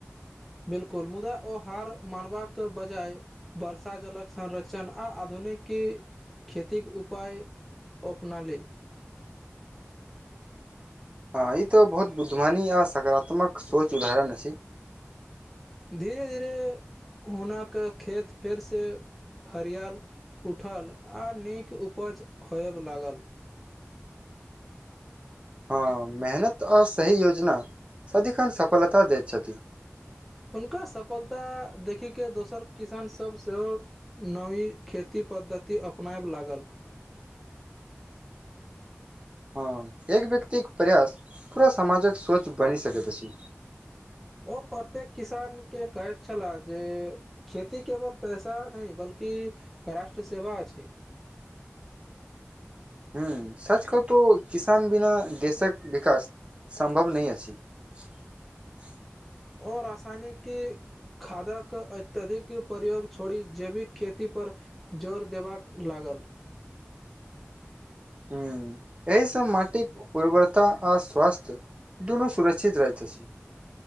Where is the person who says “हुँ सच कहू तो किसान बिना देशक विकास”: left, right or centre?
Right